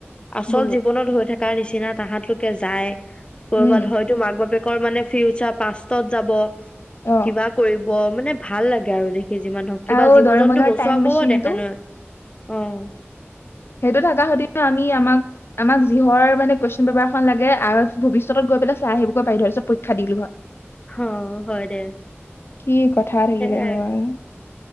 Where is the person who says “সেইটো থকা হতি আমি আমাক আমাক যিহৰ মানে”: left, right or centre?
Left